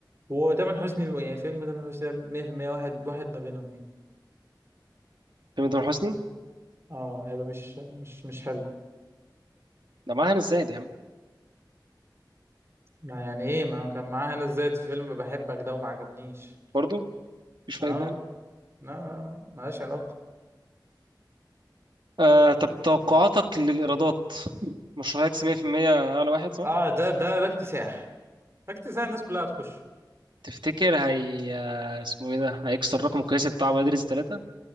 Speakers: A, on the right; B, on the right.
A: وتامر حسني يعني فيلم تامر حسني ده 100% واحد واحد ما بينهم يعني
B: فيلم تامر حسني
A: اه هيبقى مش مش مش حلو
B: ده معاه هنا الزاهد يا عم
A: ما يعني ايه ما كان معاها انا ازاي في فيلم بحبك ده وما عجبنيش
B: برضه مفيش فايدة
A: اه
B: يعني
A: لا لا، لا، ملهاش علاقة
B: آه طب توقعاتك للإيرادات مشروع هيكسب 100% أعلى واحد صح؟
A: اه ده ده ده اكتساح ده اكتساح الناس كلها هتخش
B: تفتكر هي آه، اسمه ايه ده هيكسر الرقم القياسي بتاع ولاد رزق ثلاثة؟